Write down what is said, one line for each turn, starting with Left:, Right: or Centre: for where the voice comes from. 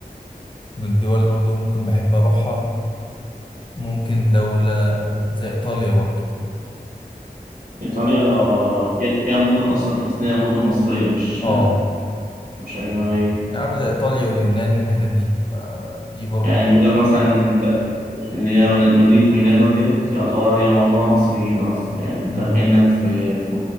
Left: من الدول برضو ممكن بحب أروحها ممكن دولة زي إيطاليا برضو
Right: إيطاليا فيها فيها مدن أصلا تحس إنها مدن مصرية مش
Left: اه
Right: مش أجنبية
Left: نعم زي إيطاليا واليونان الحتت دي آه، دي برضو
Right: يعني بيقول لك مثلا ب- اللي هي مد- مدينة ميلانو ديت يعتبر هي معظمها مصريين أصلا يعني أنت
Left: مم.
Right: كأنك في في